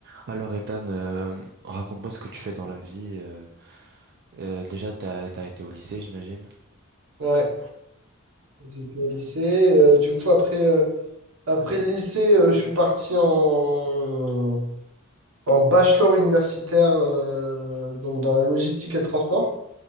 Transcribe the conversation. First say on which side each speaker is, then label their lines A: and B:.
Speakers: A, on the right; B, on the right.
A: Alors Ethan, euh, raconte-moi ce que tu fais dans la vie. euh. Euh, déjà, t'as, t'as été au lycée, j'imagine.
B: Ouais, j'ai été au lycée. Euh, du coup, après, euh, après le lycée, euh, je suis parti en, en bachelor universitaire, euh, donc dans la logistique et le transport.